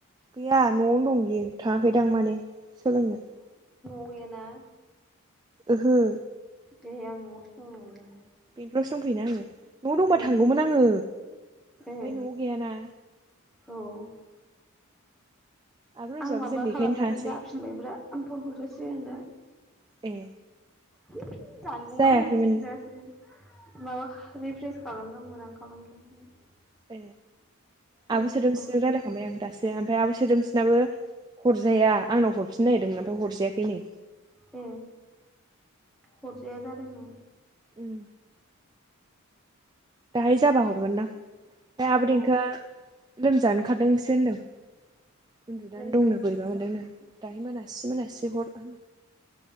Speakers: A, on the right (about 20°); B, in the centre.
A: गैया न'आवनो दं बियो थाङाखैदां माने सोलोंनो
B: इयोना
A: ओहो
B: दे आं न'आवसो दं नंदों
A: बेंथलावसो दंफैयोना आङो न'आव दंबा
B: उम
A: थांगौमोन आङो
B: ए
A: फाय न'आव गैयाना
B: औ
A: आब' रनजुआबो
B: आं माबा
A: जों बेखायनो
B: खालामनानै
A: थाङासै
B: जाफिनबाय ब्रा आं फन हरजास जों दा
A: ए
B: <unintelligible> जानबुङा
A: जायाखैमोन
B: हरफिनोसै माबा रिप्रेस खालामनांगौ नो आं खालामथ'वाखैमोन
A: ए आब'
B: रिफ्रेस
A: सोदोमस्रिजों
B: खालामबा
A: राचलायखांबाय
B: जाफिनो
A: आं दासो ओमफ्राय आब' सोदोमसिनाबो हरजाया आंनाव हरफिननो नागिरदोंमोन ओमफ्राय हरजायाखै नो
B: ए हरजाया जादोंनो
A: उम दाहाय जाबा हरगोनदां आब'
B: औ
A: दिंखोआ लोमजानो खारदोंसो होनदों उन्दुनानै
B: रायज्लायाखै
A: दंनो बोरैबा मोनदोंनो दाहाय मोनासि मोनासे हर होन